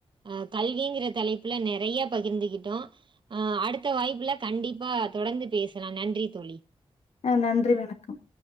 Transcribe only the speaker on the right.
அ கல்விங்கிற தலைப்புல நெறைய பகிர்ந்துகிட்டோ ஆ அடுத்த வாய்ப்புல கண்டிப்பா தொடர்ந்து பேசலா நன்றி தோழி